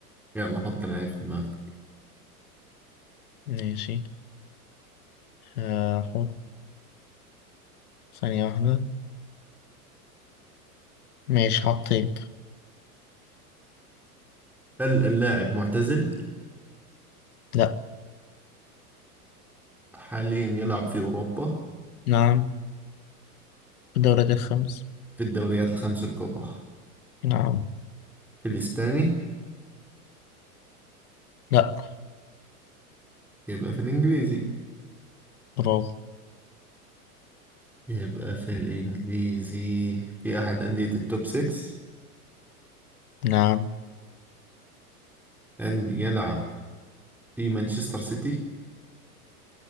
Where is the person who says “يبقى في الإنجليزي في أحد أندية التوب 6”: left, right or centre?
Centre